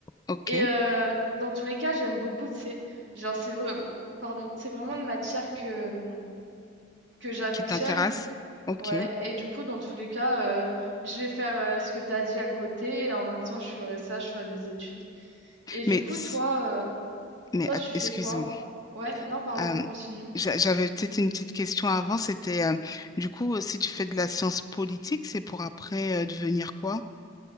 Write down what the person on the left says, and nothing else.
ok.
Qui t'intéresse? Ok.
Mais,
c-
mais
at-
excuse-moi.
Euh,
j'a- j'avais peut-être une petite question avant, c'était euh, du coup, euh, si tu fais de la science politique, c'est pour après euh, devenir quoi?